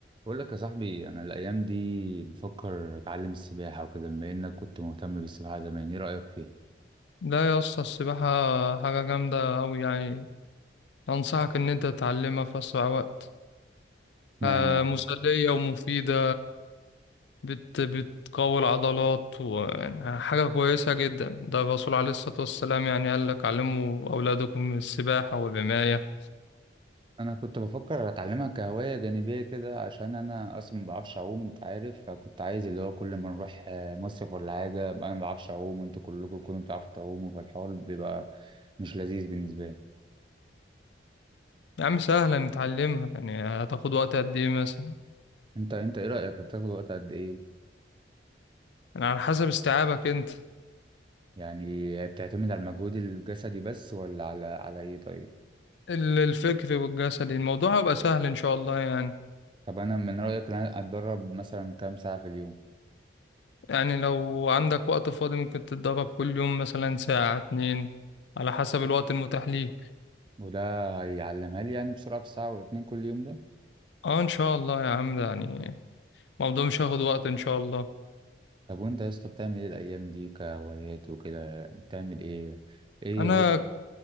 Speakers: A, on the right (about 25°); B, on the left (about 75°).
A: بقول لك يا صاحبي انا الايام دي بفكر اتعلم السباحه وكده بما انك كنت مهتم بالسباحه زمان ايه رايك فيها
B: لا يا اسطى السباحة حاجة جامدة أوي يعني أنصحك إن أنت تتعلمها في أسرع وقت
A: معنى
B: آه،
A: يعني
B: مسلية ومفيدة بت بتقوي العضلات ويعني حاجة كويسة جدا ده الرسول عليه الصلاة والسلام يعني قال لك علموا أولادكم السباحة والرماية
A: انا كنت بفكر اتعلمها كهوايه جانبيه كده عشان انا اصلا ما بعرفش اعوم انت عارف فكنت عايز اللي هو كل ما نروح آه، مصيف ولا حاجه أبقى انا ما بعرفش اعوم وانتوا كلكم تكونوا بتعرفوا تعوموا فالحوار بيبقى مش لذيذ بالنسبه لي
B: يا عم سهلة نتعلمها يعني هتاخد وقت قد إيه مثلا
A: انت انت ايه رايك هتاخد وقت قد ايه
B: يعني على حسب استيعابك أنت
A: يعني بتعتمد على المجهود الجسدي بس ولا على على ايه طيب
B: ال- الفكر والجسدي الموضوع هيبقى سهل إن شاء الله يعني
A: طب انا من رايك ان انا اتدرب مثلا كام ساعه في اليوم
B: يعني لو عندك وقت فاضي ممكن تتدرب كل يوم مثلا ساعة اتنين على حسب الوقت المتاح ليك
A: وده هيعلمها لي يعني بسرعة في ساعة ولا اتنين كل يوم ده
B: اه ان شاء الله يا عم ده يعني الموضوع مش هياخد وقت ان شاء الله
A: طب وانت يا اسطى بتعمل ايه الأيام دي كهوايات وكده بتعمل ايه ايه
B: انا
A: هوايتك